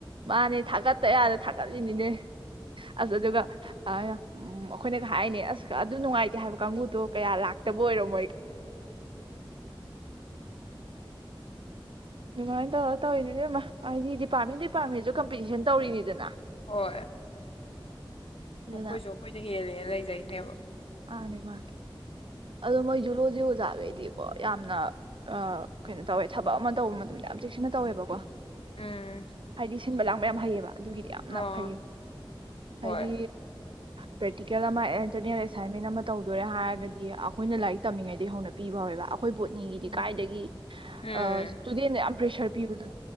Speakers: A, on the right; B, on the left.
A: ꯃꯥꯅꯦ ꯊꯥꯒꯠꯇ ꯌꯥꯗ ꯊꯥꯒꯠꯂꯤꯅꯤꯅꯦ ꯑꯁ ꯑꯗꯨꯒ ꯑ ꯑꯩꯈꯣꯏꯅꯒ ꯍꯥꯏꯅꯤ ꯑꯁ ꯑꯗꯨ ꯅꯨꯡꯉꯥꯏꯇ ꯍꯥꯏꯕ ꯀꯥꯡꯨꯗꯣ ꯀꯌꯥ ꯂꯥꯛꯇꯕ ꯑꯣꯏꯔꯝꯅꯣ ꯗꯨꯃꯥꯏꯅ ꯇꯧꯔ ꯇꯧꯔꯤꯤꯅꯦꯅꯦꯦꯝꯃ ꯑꯩꯗꯤꯄꯥꯔꯃꯦꯟ ꯗꯤꯄꯥꯔꯃꯦꯟ ꯀꯝꯄꯤꯇꯤꯁꯟ ꯇꯧꯔꯤꯅꯤꯗꯅ
B: ꯍꯣꯏꯣꯏ ꯑꯩꯈꯣꯏꯁꯨ
A: ꯑꯗꯨꯅ
B: ꯑꯩꯈꯣꯏꯅ ꯍꯦꯜꯂꯦꯦ ꯂꯩꯖꯩꯅꯦꯕ
A: ꯃꯥꯅꯦ ꯃꯥꯅꯦ ꯑꯗꯣ ꯃꯣꯏ ꯖꯨꯂꯣꯖꯤ ꯑꯣꯖꯥꯈꯩꯗꯤꯀꯣ ꯌꯥꯝꯅ ꯀꯩꯅꯣ ꯇꯧꯋꯦ ꯊꯕꯛ ꯑꯃ ꯇꯧꯕ ꯃꯇꯝꯗ ꯌꯥꯝ ꯆꯦꯛꯁꯤꯟꯅ ꯇꯧꯋꯦꯕꯀꯣ
B: ꯎꯝ
A: ꯍꯥꯏꯗꯤ ꯁꯤꯟꯕꯂ ꯃꯌꯥꯝ ꯍꯩꯌꯦꯕ ꯑꯗꯨꯒꯤꯗꯤ ꯌꯥꯝꯅ
B: ꯑꯣ
A: ꯐꯩ
B: ꯍꯣꯏ
A: ꯍꯥꯏꯗꯤ ꯄ꯭ꯔꯦꯛꯇꯤꯀꯦꯜ ꯑꯃ ꯏꯟꯇꯔꯅꯦꯜ ꯑꯦꯁꯥꯏꯟꯃꯦꯟ ꯑꯃ ꯇꯧꯗꯣꯔꯦ ꯍꯥꯏꯔꯒꯗꯤ ꯑꯩꯈꯣꯏꯅ ꯂꯥꯏꯔꯤꯛ ꯇꯝꯃꯤꯉꯩꯗꯒꯤ ꯍꯧꯅ ꯄꯤꯕ ꯍꯧꯋꯦꯕ ꯑꯩꯈꯣꯏ ꯣꯠꯅꯤꯒꯤꯗꯤ
B: ꯎꯝ
A: ꯀꯥꯏꯗꯒꯤ ꯏꯁꯇꯨꯗꯦꯟꯗ
B: ꯎꯝ
A: ꯌꯥꯝ ꯄ꯭ꯔꯦꯁꯔ ꯄꯤꯕꯗ